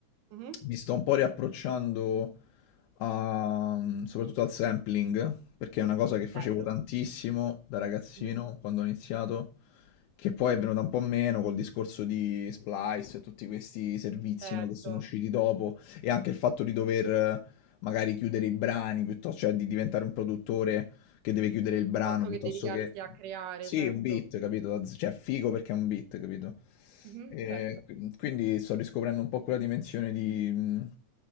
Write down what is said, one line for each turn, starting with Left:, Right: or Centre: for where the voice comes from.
Right: Mhm.
Left: mi sto un po' riapprocciando Uhm, soprattutto al sampling, perché è una cosa che facevo
Right: Bello.
Left: tantissimo da ragazzino
Right: Mhm.
Left: quando ho iniziato, che poi è venuta un po' meno col discorso di Splice e tutti questi servizi,
Right: certo,
Left: no, che sono usciti dopo e anche il fatto di dover eh, magari chiudere i brani piuttosto cioè di diventare un produttore che deve chiudere il brano
Right: piuttosto
Left: piuttosto
Right: che dedicarsi
Left: che...
Right: a creare,
Left: Sì,
Right: certo,
Left: un beat, capito? Da z- Cioè, figo perché è un beat, capito?
Right: Mhm,
Left: E
Right: Certo.
Left: qu- quindi sto riscoprendo un po' quella dimensione di, mh,